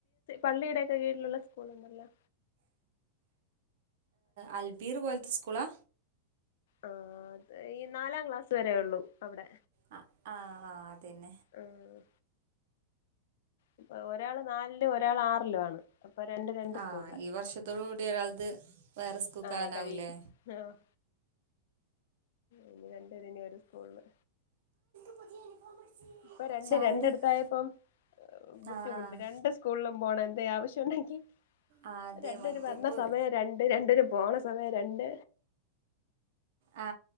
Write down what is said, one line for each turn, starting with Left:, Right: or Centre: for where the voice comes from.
Left: പള്ളിയുടെയോക്കെ കീഴിലുള്ള സ്കൂൾ ഉണ്ടല്ലോ
Right: അൽബീർ പോലത്തെ സ്കൂളാ
Left: ആ അ ഈ നാലാം ക്ലാസ് വരേ ഉള്ളൂ അവിടെ
Right: ആ ആഹ് ആ് അതന്നെ
Left: ആഹ ഇപ്പൊ ഒരാള് നാലിലും ഒരാൾ ആറിലു ആണ് രണ്ട് രണ്ട്
Right: ആഹ
Left: സ്കൂളിലായി
Right: ഈ വർഷത്തോട് കൂടി ഒരാൾത് വേറെ സ്കൂൾക്ക്
Left: ആഹ്
Right: ആകാനാവൂല്ലേ
Left: കഴിയും ആഹ് ഇനി രണ്ടത് ഇനി ഒരു സ്കൂളില്
Right: <unintelligible>
Left: ഇപ്പൊ രണ്ട്
Right: ചായുടിയൊക്കെ
Left: രണ്ടടുത്തായപ്പം ബുദ്ധിമുട്ട്
Right: ആഹ് ആഹ്
Left: രണ്ട് സ്കൂളിലും പോണം എന്ത ആവശ്യ ണ്ടങ്ക
Right: ആഹ് അതെ
Left: രണ്ടെരു
Right: മറ്റേപ്പോ
Left: വരണ സമയം രണ്ട് രണ്ടര പോണ സമയം രണ്ട്
Right: ആ